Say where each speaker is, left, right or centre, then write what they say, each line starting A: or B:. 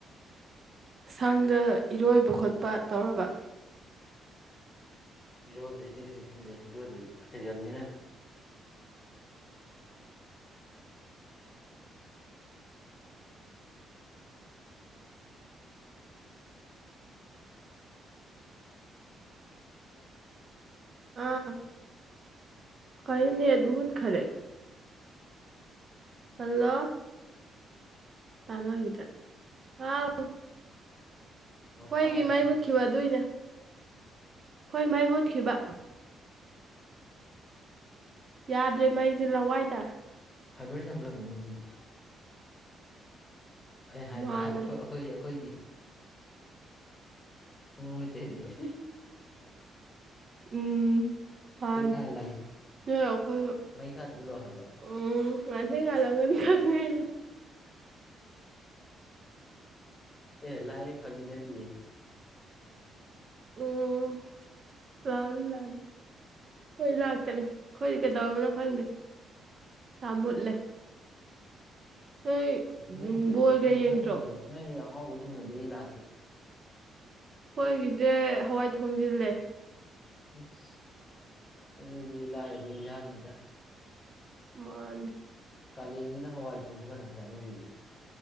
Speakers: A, on the right; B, on the left.
A: ꯁꯥꯡꯗ ꯏꯔꯣꯏꯕ ꯈꯣꯠꯄ ꯇꯧꯔꯕ
B: ꯏꯔꯣꯏꯕꯩꯗꯤ ꯀꯩꯁꯨ ꯈꯟꯗꯦ ꯏꯔꯣꯏꯕꯩꯗꯤ ꯍꯩꯖꯝꯅꯤꯅ
A: ꯑꯥ ꯀꯩꯅꯣ ꯅꯦꯠ ꯃꯨꯠꯈꯔꯦ ꯍꯜꯂꯣ ꯇꯥꯅꯒꯤꯗ꯭ꯔꯦ ꯍꯥꯎ
B: ꯑꯣ
A: ꯈꯣꯏꯒꯤ
B: ꯇꯥꯔꯦ
A: ꯃꯩ
B: ꯇꯥꯔꯦ
A: ꯃꯨꯠꯈꯤꯕ ꯑꯗꯨꯏꯅꯦ ꯍꯣꯏ ꯃꯩ ꯃꯨꯠꯈꯤꯕ ꯌꯥꯗ꯭ꯔꯦ ꯃꯩꯁꯦ ꯂꯋꯥꯏ ꯇꯥꯢ
B: ꯐꯥꯏꯕꯔ ꯁꯦꯝꯕꯔ ꯑꯣꯢꯔꯝꯒꯅꯤ ꯑꯗꯨꯗꯤ ꯑꯩ ꯍꯥꯏꯗ꯭ꯔꯥ
A: ꯃꯥꯅꯦ
B: ꯑꯩꯈꯣꯏ ꯑꯩꯈꯣꯏ ꯑꯩꯈꯣꯏꯗꯤ <unintelligible>
A: ꯎꯝ ꯍꯥꯟ
B: ꯇ꯭ꯔꯤꯀꯥꯟ ꯂꯥꯛꯑꯦ
A: ꯅꯣꯏꯒ ꯑꯥꯈꯣꯏꯒ
B: ꯃꯩ ꯈꯔ ꯊꯥꯖꯤꯜꯂꯣ ꯍꯥꯏꯕ
A: ꯎꯝ <unintelligible> ꯈꯪꯉꯦ ꯌꯥ
B: ꯑꯦ ꯂꯛꯑꯦ ꯐꯒꯤ ꯅꯠꯇꯤꯑꯦ
A: ꯎꯝ ꯂꯝ ꯂꯝ ꯈꯣꯏ ꯂꯥꯛꯇ꯭ꯔꯤ ꯈꯣꯏ ꯀꯩꯗꯧꯕꯅꯣ ꯈꯪꯗꯦ ꯊꯥ ꯃꯨꯠꯂꯦ ꯅꯣꯏ
B: <unintelligible>
A: ꯎꯝ
B: ꯀꯩ ꯀꯩ
A: ꯕꯣꯜꯒ
B: ꯍꯦꯟꯖꯡ
A: ꯌꯦꯡꯗ꯭ꯔꯣ
B: ꯊꯣꯡꯒꯦ <unintelligible> ꯍꯥꯎꯕꯥ ꯊꯣꯡꯑꯗꯤ ꯂꯛꯀꯦ
A: ꯈꯣꯏꯒꯤꯖꯦ ꯍꯋꯥꯏ ꯊꯣꯡꯖꯤꯜꯂꯦ
B: ꯎꯁ ꯑꯗꯨꯗꯤ ꯂꯥꯢꯔꯕꯩ ꯏꯟꯁꯥꯡꯅꯤꯗ
A: ꯃꯥꯅꯦ
B: ꯀꯥꯂꯦꯟꯁꯤꯗ ꯍꯋꯥꯏ ꯊꯣꯡꯕ ꯀꯅꯥ ꯆꯟꯅꯔꯤꯒꯦ